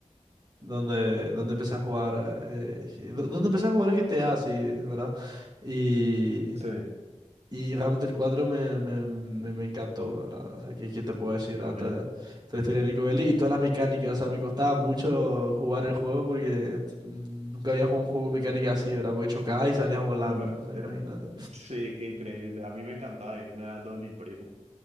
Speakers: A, on the right; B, on the right.
A: donde, donde empecé a jugar. eh, G- do- donde empecé a jugar GTA, sí, ¿verdad? Y
B: sí,
A: y realmente el 4 me, me, me, me encantó, ¿verdad? O sea, ¿qué, qué te puedo decir? ¿verdad?
B: también
A: Toda
B: era.
A: la, toda la historia de Nico Bellic y todas las mecánicas. O sea, me costaba mucho jugar el juego porque mm, nunca había jugado un juego con mecánica así, ¿verdad? Porque chocabas y salías volando,
B: Bueno,
A: o sea,
B: era-
A: imagínate.
B: Sí, qué increíble. A mí me encantaba irme a lo de mi primo